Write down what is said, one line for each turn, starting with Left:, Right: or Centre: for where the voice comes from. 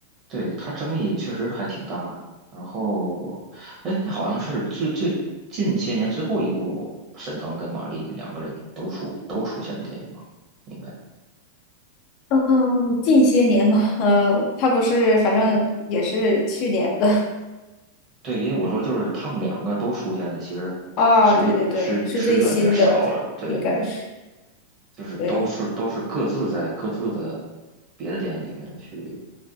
Right: 对，它争议确实还挺大。然后，哎，那好像是最最近些年最后一部，沈腾跟马丽两个人都出都出现的电影吧？应该
Left: 嗯，近些年嘛，嗯，他不是，反正也是去年的。
Right: 对，因为我说就是他们两个都出现的，其实是越是是越来越少了。
Left: <laughs> 哦，对对对，是最新的，
Right: 对，
Left: 应该是。
Right: 就是都是都是各自在各自的别的电影里面去
Left: 对，